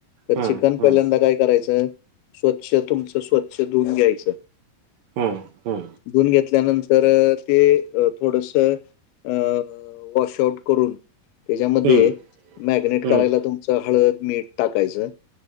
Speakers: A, on the left; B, on the right.
A: तर
B: हां
A: चिकन
B: हां
A: पहिल्यांदा काय करायचं? स्वच्छ तुमचं स्वच्छ- छ धुवून घ्यायचं.
B: हां हां
A: धुवून घेतल्यानंतर ते थोडस- अं. वॉश आउट करून. त्याच्यामध्ये
B: हम्म
A: मॅगनेट
B: हम्म
A: करायला तुम- हळद, मीठ टाकायचं.